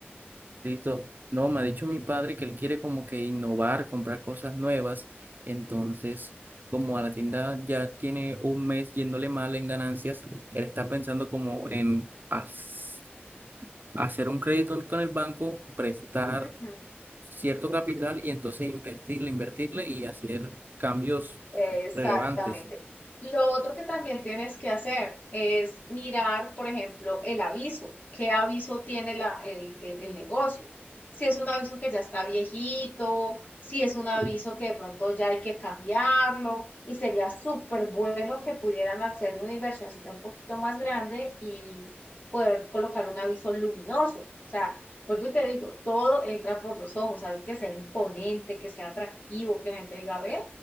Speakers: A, on the right; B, on the left.
A: Listo. No, me ha dicho mi padre que él quiere como que innovar, comprar cosas nuevas. Entonces, como a la tienda ya tiene un mes yéndole mal en ganancias, él está pensando como en has- hacer un crédito con el banco, prestar
B: Ujú.
A: cierto capital y entonces invertirle, invertirle y hacer cambios
B: Exactamente.
A: relevantes.
B: Lo otro que también tienes que hacer es mirar, por ejemplo, el aviso. ¿Qué aviso tiene la- el, el- el negocio? Si es un aviso que ya está viejito, si es un aviso
A: Sí.
B: que de pronto ya hay que cambiarlo, y sería súper bueno que pudieran hacer una inversioncita un poquito más grande y poder colocar un aviso luminoso. O sea, vuelvo y te digo, todo entra por los ojos, algo que sea imponente, que sea atractivo, que la gente diga, ve